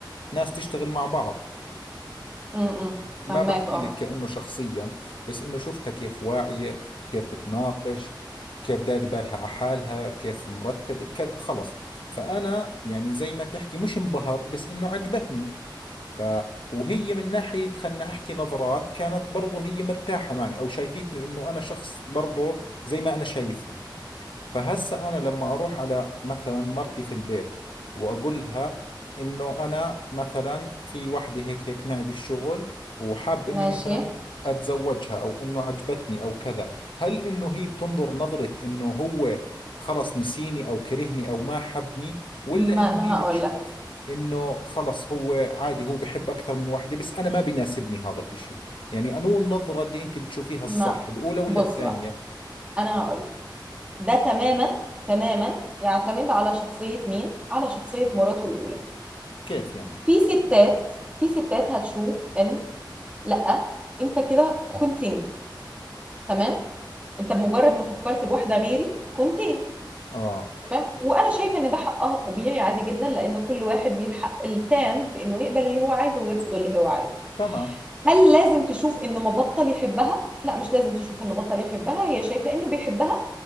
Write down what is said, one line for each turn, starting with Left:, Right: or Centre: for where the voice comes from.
Left: ناس تشتغل مع بعض
Right: امم
Left: ما
Right: فهماك
Left: بحكي
Right: اه
Left: لك كأنه شخصيا بس إنه شفتها كيف واعية كيف بتناقش كيف داري بالها على حالها كيف مرتبة كذا خلص فأنا يعني زي ما تحكي مش انبهرت بس إنه عجبتني ف وهي من ناحية خلنا أحكي نظرات كانت برضو هي مرتاحة معي أو شايفتني إنه أنا شخص برضو زي ما أنا شايفها فهسا انا لما اروح على مثلا مرتي في البيت واقولها انه انا مثلا في وحده هيك هيك معي بالشغل وحاب اني
Right: ماشي
Left: مثلا اتزوجها او انه عجبتني او كذا هل انه هي بتنظر نظرة انه هو خلص نسيني او كرهني او ما حبني ولا
Right: ما
Left: انه
Right: انا
Left: هي بتشوف
Right: هقول لك
Left: انه خلص هو عادي هو بحب اكثر من وحده بس انا ما بيناسبني هذا الاشي يعني انو النظرة اللي انت بتشوفيها الصح
Right: ما
Left: الاولى ولا
Right: بص
Left: الثانية
Right: بقى انا هقول لك ده تماما تماما يعتمد على شخصية مين على شخصية مراته الأولى
Left: كيف يعني
Right: في ستات في ستات هتشوف ان لا انت كده خنتني تمام انت بمجرد ما فكرت بواحدة غيري خنتني
Left: اه
Right: تمام وانا شايفه ان ده حقها الطبيعي عادي جدا لان كل واحد ليه الحق التام في انه يقبل اللي هو عايزه ويرفض اللي هو عايزه
Left: تمام
Right: هل لازم تشوف انه ما بطل يحبها لا مش لازم تشوف انه بطل يحبها هي شايفه انه بيحبها